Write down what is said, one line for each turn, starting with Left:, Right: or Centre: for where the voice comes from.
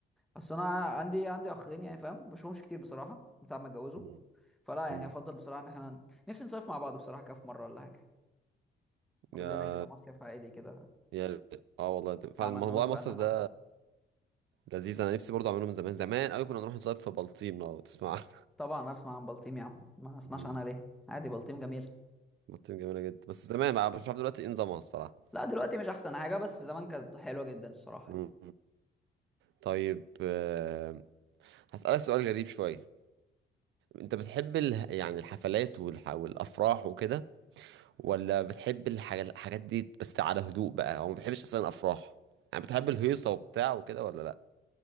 Centre: اصل انا عندي عندي اخين يعني فاهم ما بشوفهمش كتير بصراحة من ساعة ما اتجوزوا
Right: مم.
Centre: فلا يعني
Right: مم.
Centre: افضل بصراحة ان احنا نفسي نصيف مع بعض بصراحة كده في مرة ولا حاجة كلنا
Right: يا
Centre: كده مصيف عائلي كده
Right: يا اه والله ده فعلا
Centre: ما عملناهوش
Right: موضوع
Centre: بقالنا
Right: مصيف
Centre: حبة
Right: ده لذيذ انا نفسي برضه اعمله من زمان زمان قوي كنا نروح نصيف في بلطيم لو تسمع عنها.
Centre: طبعا اسمع عن بلطيم يا عم ما اسمعش
Right: مم.
Centre: عنها ليه عادي بلطيم جميل
Right: <laughs> بلطيم جميلة جدا بس زمان بقى مش عارف دلوقتي ايه نظامها الصراحة
Centre: لا دلوقتي مش احسن حاجة بس زمان كانت حلوة جدا الصراحة
Right: مم.
Centre: يعني
Right: طيب آه، هسألك سؤال غريب شوية انت بتحب ال... يعني الحفلات والح... والافراح وكده ولا بتحب الحاجة... الحاجات دي بس على هدوء بقى او ما بتحبش اصلا افراح يعني بتحب الهيصة وبتاع وكده ولا لا